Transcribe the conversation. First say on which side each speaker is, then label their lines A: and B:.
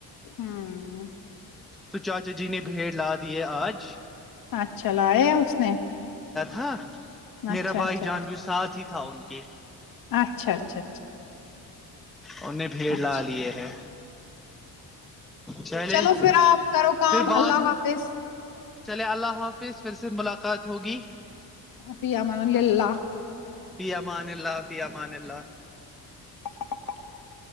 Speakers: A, on the left (about 60°); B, in the centre.
A: ہوں
B: تو چاچا جی نے بھیڑ لا دیے آج
A: اچھا لایا ہیں اس نے
B: ہاں
A: اچھا
B: میرا بھائی
A: اچھا
B: جان بھی ساتھ ہی تھا ان کے
A: اچھا اچھا
B: ان نے بھیڑ
A: اچھا
B: لا لیے ہے چلے
A: چلو پھر آپ کرو کام
B: پھر بعد
A: اللہ
B: میں
A: حافظ
B: چلے اللہ حافظ پھر سے ملاقات ہوگی
A: ف امن اللہ
B: فی امان اللہ امان اللہ
A: <unintelligible>